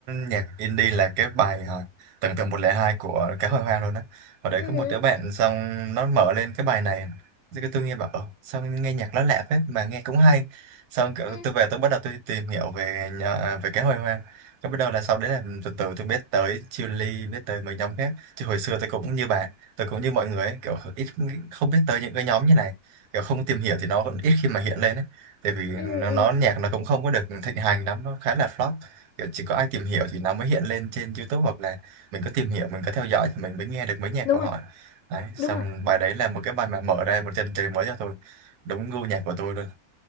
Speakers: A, on the right (about 90°); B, on the left (about 65°).
A: nhạc indie là cái bài à, tầng tầng một lẻ hai của Cá Hồi Hoang luôn đó ở đấy
B: ừ
A: có một đứa bạn xong nó mở lên cái bài này thì cái tôi nghe bảo "Ờ, sao nghe nhạc nó lạ phết mà nghe cũng hay xong kiểu
B: ừ
A: tôi về tôi bắt đầu tôi tìm hiểu về nhà, về Cá Hồi Hoang cái bắt đầu là sau đấy là từ từ tôi biết tới Chillies biết tới mấy nhóm khác chứ hồi xưa tôi cũng như bạn tôi cũng như mọi người ấy, kiểu ít không biết tới những cái nhóm như này kiểu không tìm hiểu thì nó vẫn ít khi mà hiện lên ấy tại vì nó,
B: ừ ừ.
A: nó nhạc nó cũng không có được thịnh hành lắm nó khá là flop kiểu chỉ có ai tìm hiểu thì nó mới hiện lên trên YouTube hoặc là mình có tìm hiểu mình có theo dõi thì mình mới nghe được mấy nhạc
B: đúng
A: của
B: rồi
A: họ đấy xong
B: đúng rồi
A: bài đấy là một cái bài mà mở ra một chân trời mới cho tôi đúng gu nhạc của tôi luôn